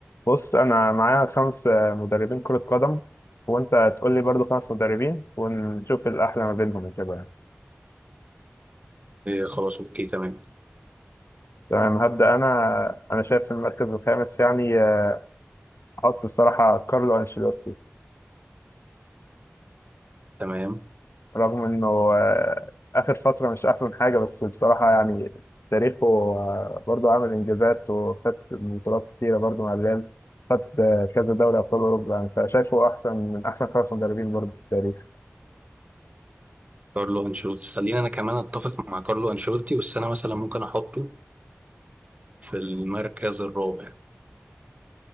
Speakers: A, on the left; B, on the right.
A: بص انا معايا خمس آه، مدربين كرة قدم وانت تقول لي برضو خمس مدربين ونشوف الاحلى ما بينهم وكده يعني.
B: إيه خلاص اوكي تمام
A: تمام هبدأ انا انا شايف في المركز الخامس يعني آه، احط بصراحة كارلو انشيلوتي
B: تمام
A: رغم انه آه، اخر فترة مش احسن حاجة بس بصراحة يعني تاريخه آه، برضو عامل انجازات وفاز ببطولات كتيرة برضو مع الريال خد آه، كذا دوري ابطال اوروبا يعني فشايفه احسن من احسن خمس مدربين برضو في التاريخ
B: كارلو انشيلوتي خلينا انا كمان اتفق مع كارلو انشيلوتي بس انا مثلا ممكن احطه في المركز الرابع